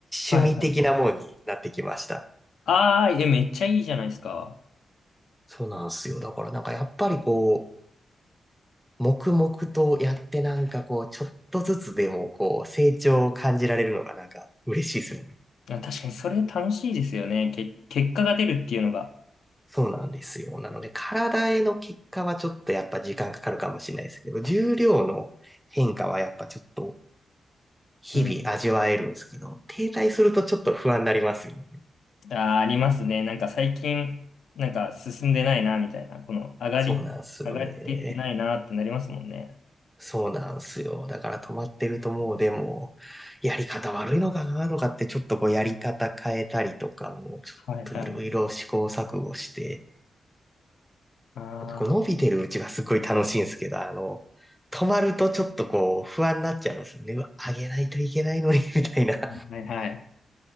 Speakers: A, on the left; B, in the centre.
A: はいはい。
B: 趣味的なもんになってきました。
A: ああ、いや、めっちゃいいじゃないですか。
B: そうなんですよ。だからなんかやっぱりこう、黙々とやってなんかこう、ちょっとずつでもこう、成長を感じられるのがなんか嬉しいですよね。
A: あ確かにそれ楽しいですよね。け、結果が出るっていうのが。
B: そうなんですよ。なので、体への結果はちょっとやっぱ時間かかるかもしれないですけど、重量の変化はやっぱちょっと日々味わえるんですけど、
A: うん。
B: 停滞するとちょっと不安になりますよね。
A: あー、ありますね。なんか最近、なんか進んでないな、みたいな。この上がり、
B: そうなんですよね。
A: 上がってないなってなりますもんね。
B: そうなんですよ。だから止まってるともうでも、やり方悪いのかなとかってちょっとこうやり方変えたりとかも、ちょっといろいろ試行錯誤して、
A: はいはい。ああ、
B: こう伸びてるうちはすごい楽しいんですけど、あの、止まるとちょっとこう不安になっちゃうんですよね。うわ、上げないといけないのに、みたいな。<laughs>
A: はいはい。